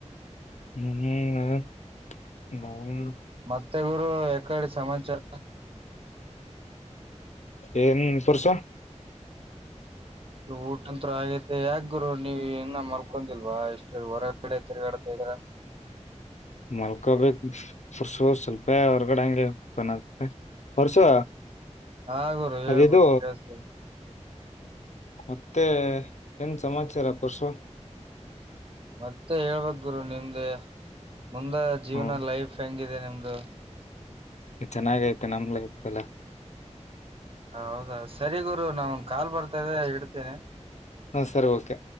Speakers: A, on the left; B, on the right.
A: ಹ್ಮ <unintelligible>
B: ಮತ್ತೆ ಗುರು ಎಕಡೆ ಸಮಾಚಾರ
A: ಎನ್ ಪರ್ಸು
B: ಇ ಊಟಂತ್ರ ಆಗೈತೆ ಯಾಕ್ ಗುರು ನೀವ್ ಇನ್ನ ಮಲ್ಕೊಂದಿಲ್ವ ಎಷ್ಟು ಹೊರಗಡೆ ತಿರ್ಗಾಡ್ತಾ ಇದರ
A: ಹ <inaudible> ಮಲ್ಕೊಬೇಕು ಪರ್ಸು ಸ್ವಲ್ಪೇ ಹೊರ್ಗಡೆ ಅಂಗೆ ಹೋಗಣ ಅಂತ ಪರ್ಸು
B: ಹಾ ಗುರು ಹೇಳ
A: ಅದಿದು
B: ಗುರು ಕೇಳ್ಸ್ತಾತೈತೆ
A: ಮತ್ತೆ ಏನ್ ಸಮಾಚಾರ ಪರಶು
B: ಮತ್ತೆ ಹೇಳ್ಬೇಕ್ ಗುರು ನಿಮ್ದೇ ಮುಂದ ಜೀವನ
A: ಹ್ಮ್
B: ಲೈಫ್ ಹೆಂಗಿದೆ ನಿಮ್ದ ಅಂದು <unintelligible>
A: ಚನಾಗೈತ ನಮ್ ಲೈಫ್ ಅಲಾ
B: ಹೌದಾ ಸರಿ ಗುರು ನಂಗೊಂದ್ ಕಾಲ್ ಬರ್ತಯಿದೆ ಇಡ್ತಿನೆ
A: ಹಾ ಸರಿ ಓಕೆ